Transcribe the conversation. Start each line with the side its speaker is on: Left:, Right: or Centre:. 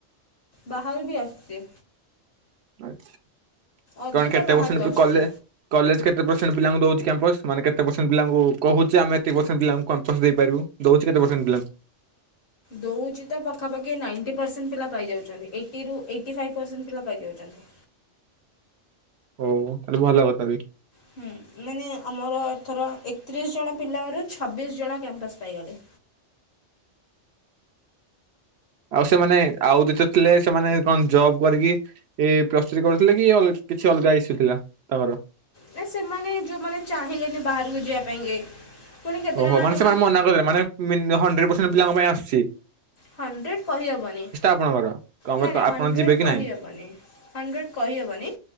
Left: ବାହାରୁ ବି ଆସିଛି
Right: ଆଛା
Left: ଅଧିକ
Right: କଣ କେତେ
Left: ବାହାରୁ
Right: ପରସେଣ୍ଟ ଵି
Left: ଆସୁଛି।
Right: କଲେ କଲେଜ କେତେ ପରସେଣ୍ଟ ପିଲାଙ୍କୁ ଦଉଛି କ୍ୟାମ୍ପସ୍ ମାନ କେତେ ପରସେଣ୍ଟ ପିଲାଙ୍କୁ କହୁଛି ଆମେ ଏତିକି ପରସେଣ୍ଟ ପିଲଙ୍କୁ କ୍ୟାମ୍ପସ ଦେଇପାରିବୁ ଦଉଛି କେତେ ପରସେଣ୍ଟ ପିଲା
Left: ଦଉଛି ତ ପାଖାପାଖି ନାଇଣ୍ଟି ପରସେଣ୍ଟ ପିଲା ପାଇଯାଉଛନ୍ତି ଏଇଟିରୁ ଏଇଟି ଫାଇବ୍ ପରସେଣ୍ଟ ପିଲା ପାଇଯାଉଛନ୍ତି
Right: ଓ ତାହେଲେ ଭଲ କଥା ବି
Left: ହୁଁ ମାନେ ଆମର ଏଥର ଏକତିରିଶ ଜଣ ପିଲାରୁ ଛବିଶ ଜଣ କ୍ୟାମ୍ପାସ୍ ପାଇଗଲେ
Right: ଆଉ ସେମାନେ ଆଉ ଯେତ ଥିଲେ ସେମାନେ କଣ ଜବ୍ କରିକି ଏ ପ୍ରସ୍ତୁତି କରୁଥିଲେ କି କିଛି ଅଲଗା ଇସ୍ୟୁ ଥିଲା ତାଙ୍କର
Left: ନା ସେମାନେ ଯୋଉମାନେ ଚାହିଁଲେନି ବାହାରକୁ ଯିବା ପାଇଁକି ପୁଣି କେତେଜଣ
Right: ଓହୋ ମାନେ
Left: ଯେଉଁମାନେ
Right: ସେମାନେ ମନା କରିବେ ମାନେ ମି ହଣ୍ଡ୍ରେଟ୍ ପରସେଣ୍ଟ ପିଲାଙ୍କ ପାଇଁ ଆସିଛି।
Left: ହଣ୍ଡ୍ରେଟ୍ କହିହବନି
Right: ଆପଣଙ୍କର କମ
Left: ନାଇଁ
Right: ତ
Left: ନାଇଁ
Right: ଆପଣ
Left: ହଣ୍ଡ୍ରେଟ୍
Right: ଯିବେ କି
Left: କହିହବନି
Right: ନାହିଁ
Left: ହଣ୍ଡ୍ରେଟ୍ କହିହବନି